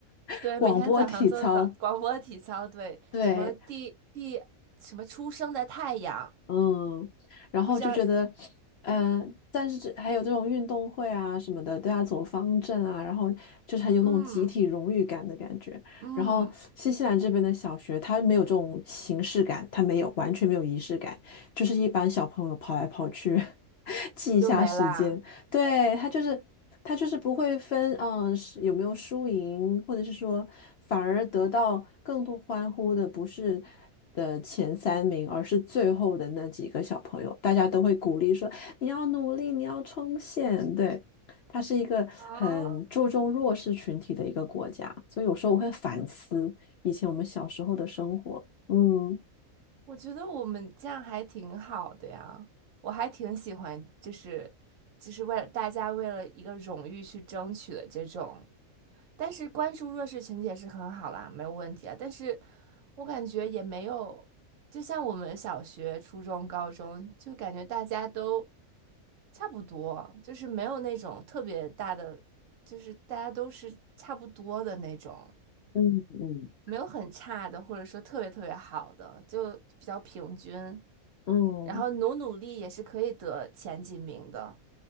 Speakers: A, on the left; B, on the right.
A: <laughs>
B: 对，
A: 广播体操，
B: 每天早上做早广播体操，对，
A: 对。
B: 什么第第什么初升的太阳，
A: 嗯，然后就觉得，
B: 不知道，
A: 嗯、但是这还有这种运动会啊什么的，都要走方阵啊，然后就是很有那种集体荣誉感的感觉。
B: 嗯嗯，
A: 然后新西兰这边的小学，它没有这种形式感，它没有完全没有仪式感，就是一般小朋友跑来跑去，<laughs> 记一下时间，
B: 就没啦。
A: 对，他就是他就是不会分，嗯，是有没有输赢，或者是说，反而得到更多欢呼的不是的前三名，而是最后的那几个小朋友，大家都会鼓励说你要努力，你要冲线。对，它是一个很注重弱势群体的一个国家，
B: 啊，
A: 所以有时候我会反思以前我们小时候的生活。嗯
B: 我觉得我们这样还挺好的呀，我还挺喜欢，就是就是为了大家为了一个荣誉去争取的这种，但是关注弱势群体也是很好啦，没有问题啊。但是我感觉也没有，就像我们小学、初中、高中，就感觉大家都。差不多，就是没有那种特别大的，就是大家都是差不多的那种，
A: 嗯嗯。
B: 没有很差的，或者说特别特别好的，就比较平均。
A: 嗯。
B: 然后努努力也是可以得前几名的。